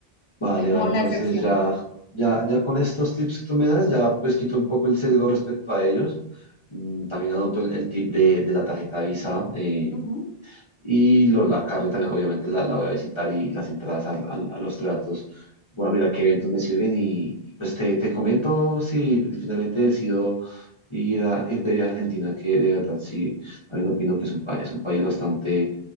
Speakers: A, on the left (about 35°); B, on the left (about 85°).
A: Vale,
B: es como
A: vale,
B: la
A: entonces
B: excepción.
A: ya, ya, ya con estos tips que tú me das, ya pues quito un poco el sesgo respecto a ellos. Mm, También anoto el, el tip de, de la tarjeta Visa eh,
B: Ujú.
A: y lo- la carne también obviamente la, la voy a visitar y las entradas al- al- a los tratos. Voy a mirar qué eventos me sirven y, y, pues te, te comento si finalmente decido ir, a, ir de viaje a Argentina, que de verdad sí, también opino que es un, pa- es un país bastante